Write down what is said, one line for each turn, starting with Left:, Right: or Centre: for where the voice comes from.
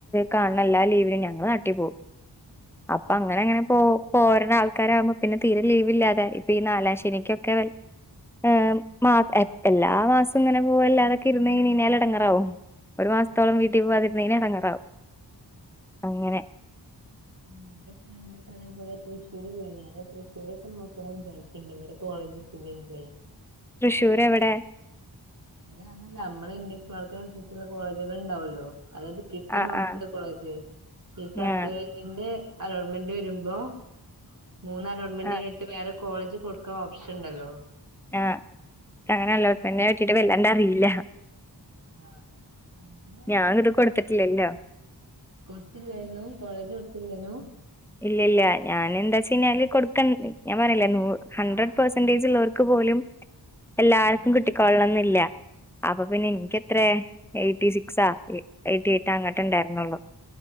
Centre: കാണുന്ന എല്ലാ ലീവിലും ഞങ്ങള് നാട്ടി പോവും
Right: ആഹ്
Centre: അപ്പൊ അങ്ങനെ അങ്ങനെ പോ ഇപ്പ അങ്ങനെ അങ്ങനെ പൊ പ്പോഓര്ട ആൾക്കാരാവുമ്പോ പിന്നെ തീരെ ലീവില്ലാതെആട്ടി ഇപ്പൊ ഈ നാലാം ശനിക്കൊക്കെ വ ഏഹ്
Right: ഉം
Centre: മാസ എ എല്ലാ മാസവും ഇങ്ങനെ പോകല്ലാതൊക്കെ ഇരുന്ന് കഴിഞ്ഞു കഴിഞ്ഞാൽ എടങ്ങേറ് ആവും ഒരു മാസത്തോളം
Right: ആഹ്
Centre: വീട്ടി പോവാതിരുന്ന് കഴിഞ്ഞാ എടങ്ങേറാവും അങ്ങനെ
Right: മം ഇന്റെ ഫ്രണ്ട്ഒകെ അതേപോലെ തൃശ്ശൂര് പോയി ഞാന് തൃശ്ശൂരൊക്കെ നോക്കണന്ന് വിചാരിക്കണ്ട് ഇവിടെ കോളേജ് പിന്നെന്തേ
Centre: തൃശൂർ എവടെ
Right: അത് അങ്ങനെ അല്ല നമ്മളെ ഇന്ടെസ് മാർക്കൻ ആനുസരിച്ചുള്ള കോളേജുകൾ ഇണ്ടാവുമല്ലോ അതായത് കിട്ട്ന്നടുന്ന്
Centre: ആഹ്
Right: ഒറപ്ള്ള
Centre: ആഹ്
Right: കോളേജ് ഈ സപ്ലിമെൻ
Centre: ആഹ്
Right: ന്റെ ന്റെ അലോട്ട്മെന്റ് വരുമ്പോ മൂന്ന് അലോട്ട്മെന്റെ
Centre: ആഹ്
Right: കഴിഞ്ഞിട്ട് വേറെ കോളേജ് കൊടുക്കാൻ ഓപ്ഷൻ ഇണ്ടല്ലോ
Centre: ആഹ് അങ്ങനെ അലോട്ട്മെന്റിനെ പറ്റീട്ട്
Right: കൊടു
Centre: വല്ലാണ്ട് അറിയൂല
Right: ആഹ് അങ്ങനെ
Centre: ഞാനിത് കൊടുത്തിട്ടില്ലല്ലോ
Right: കൊടുത്തില്ലായിരുന്നു കോളേജ് കൊടുത്തില്ലായിരുന്നു
Centre: ഇല്ല ഇല്ല ഞാന് എന്താ വെച്ച് കഴിഞ്ഞാല് കൊടുക്കൻ ഞാൻ പറഞ്ഞിലെ നൂ ഹൻഡ്രഡ്
Right: ആഹ്
Centre: പേഴ്സ് സന്റെജ് ള്ളവർക്ക് പോലും എല്ലാർക്കും
Right: അതാണ്
Centre: കിട്ടിക്കൊളണന്നില്ല അപ്പൊ പിന്നെ എനിക്ക്‌ എത്രെയാ എയ്റ്റി സിക്സാ എയ്റ്റി എയ്റ്റ അങ്ങട്ടെ ഇണ്ടായിരുന്നൊള്ളു